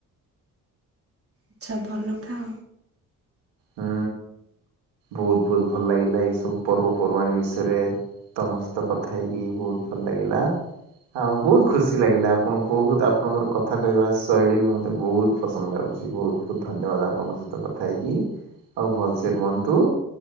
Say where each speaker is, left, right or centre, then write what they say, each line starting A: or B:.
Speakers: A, on the right; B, on the right.
A: ଆଛା ଭଲ ଖାଅ।
B: ହୁଁ ବହୁତ, ବହୁତ ଭଲ ଲାଗିଲା ଏଇ ସବୁ ପର୍ବପର୍ବାଣି ବିଷୟରେ ତମ ସହିତ କଥା ହେଇକି ବହୁତ ଭଲ ଲାଗିଲା। ଆଉ ବହୁତ ଖୁସି ଲାଗିଲା, ଆପଣ ବହୁତ ଆପଣଙ୍କର କଥା କହିବା ଶୈଳୀ ବି ମତେ ବହୁତ୍ ପସନ୍ଦ ଲାଗୁଚି ବହୁତ, ବହୁତ ଧନ୍ୟବାଦ ଆପଣଙ୍କ ସହିତ କଥା ହେଇକି? ଆଉ ଭଲ ସେ ରୁହନ୍ତୁ।